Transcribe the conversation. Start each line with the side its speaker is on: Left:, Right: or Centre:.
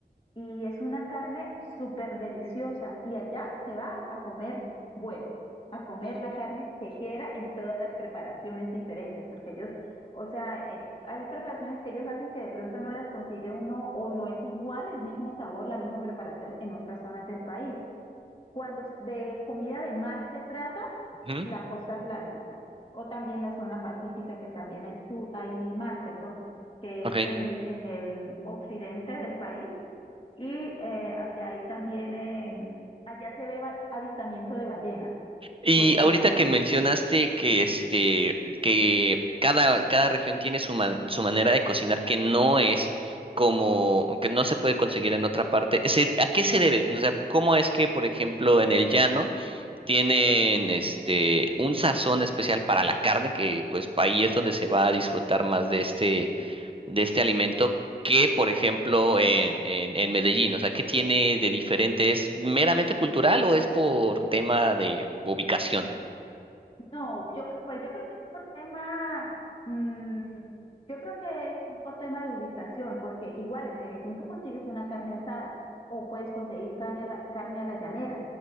Left: y es una carne súper deliciosa y allá se va a comer, bueno, a comer la carne que quiera en todas las preparaciones diferentes, porque ellos, o sea, hay, hay preparaciones que ellos hacen que de pronto no las consigue uno o no es igual el mismo sabor, la misma preparación en otras zonas del país. Cuando de comida de mar se trata,
Right: ujú,
Left: la costa atlántica o también la zona pacífica, que también hay, su, hay mar, perdón, que
Right: ok.
Left: es en el, en el occidente del país, y eh, allá hay también, eh, allá se ve ba- avistamiento de ballenas
Right: Y
Left: por ese
Right: ahorita
Left: lado.
Right: que mencionaste que este que cada, cada región tiene su man- su manera de cocinar que no es como que no se puede conseguir en otra parte. ¿se- ¿A qué se debe? O sea, ¿cómo es que, por ejemplo, en el llano Tienen este un sazón especial para la carne, que pues ahí es donde se va a disfrutar más de este, de este alimento que, por ejemplo, en, en, en Medellín. O sea, ¿qué tiene de diferente? ¿Es meramente cultural o es por tema de ubicación?
Left: No, yo, c- pues yo creo que es por tema, mm, yo creo que es por tema de ubicación, porque igual en Medellín tú consigues una carne asada o puedes conseguir carne a la, carne a la llanera.